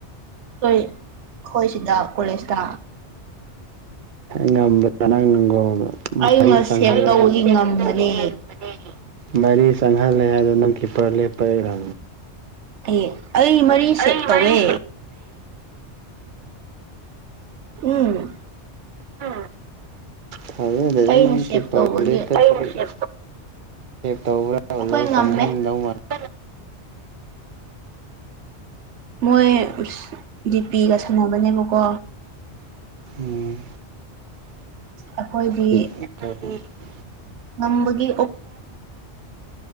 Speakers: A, on the right; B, on the right.
A: ꯑꯩꯈꯣꯏ ꯁꯤꯗ ꯀꯣꯂꯦꯖꯇ
B: ꯉꯕꯅ <unintelligible> ꯅꯪ ꯅꯣ <unintelligible> ꯃꯥꯔꯤ
A: ꯑꯩꯅ
B: ꯁꯒ
A: ꯁꯦꯞ
B: <unintelligible>
A: ꯇꯧꯕꯒꯤ ꯉꯝꯕꯅꯦ
B: ꯃꯔꯤ ꯆꯪꯍꯜꯂꯦ ꯍꯥꯏꯗꯨ ꯅꯪ ꯀꯤꯄꯔ ꯂꯦꯞꯄꯩꯔꯥ
A: ꯑꯩ ꯑꯩ ꯃꯔꯤ
B: ꯑꯩ
A: ꯁꯦꯞ ꯇꯧꯋꯦ
B: ꯃꯔꯤ <unintelligible>
A: ꯎꯝ
B: ꯑ <unintelligible> ꯊꯖꯗ‌ꯦꯗ
A: ꯑꯩꯅ
B: ꯅꯪ <unintelligible>
A: ꯁꯦꯞ
B: ꯀꯦꯄꯔꯦꯠꯇꯚ
A: ꯇꯧꯕꯒꯤ
B: ꯇꯧꯕ꯭ꯔꯥ
A: ꯑꯩꯈꯣꯏ
B: ꯂꯣꯏ
A: ꯉꯝꯃꯦ
B: ꯆꯪꯍꯥꯟꯗꯧ <unintelligible>
A: ꯃꯣꯏ ꯖꯤꯄꯤꯒ ꯁꯥꯟꯅꯕꯅꯦꯕꯀꯣ
B: ꯎꯝ
A: ꯑꯩꯈꯣꯏꯗꯤ
B: ꯎ <unintelligible>
A: ꯅꯝꯕꯒꯤ